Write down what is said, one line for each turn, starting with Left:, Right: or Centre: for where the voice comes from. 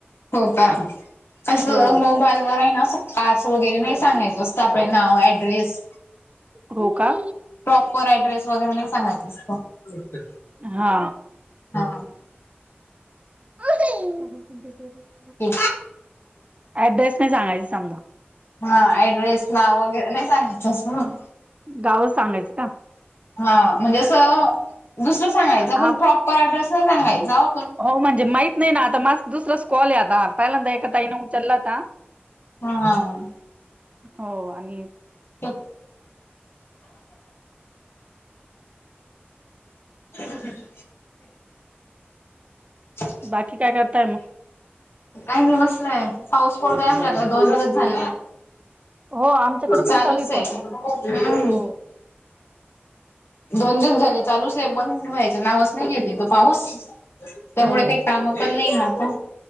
Left: हो का असं
Right: हो
Left: मोबाईलवर आहे ना, कास्ट वगैरे नाही सांगायचं असतं आपलं नाव, ऍड्रेस.
Right: हो, का.
Left: प्रॉपर ॲड्रेस वगैरे नाही सांगायचं असतं,
Right: हा
Left: हा..
Right: <unintelligible>
Left: हो.
Right: ऍड्रेस नाही सांगायचा समजा.
Left: हा ऍड्रेस, नाव वगैरे नाही सांगायचं असं.
Right: गावच सांगायचं का?
Left: हा म्हणजे अस दुसरं सांगायचं
Right: हा
Left: पण प्रॉपर ऍड्रेस सांगायचा‌.
Right: हो म्हणजे माहित नाही ना, आता माझा दुसराच कॉल आहे आता पहिल्यांदाच एका ताईने उचल्लाता.
Left: हां...
Right: हो आणि
Left: कच ह.... ह. <unintelligible>
Right: बाकी काय करताय मग?
Left: काही नाही बसलोय, पाऊस पडतोय आमच्याकडे दोन दिवस झाले.
Right: हो आमच्याकडे
Left: चालूच
Right: पण चालू पाऊस
Left: आहे. हूं....
Right: हो
Left: दोन दिवस झाले चालूच आहे, बंद व्हायचं नावच नाही घेत हे तो पाऊस. त्यामुळे
Right: हो
Left: काही कामं पण नाही राहता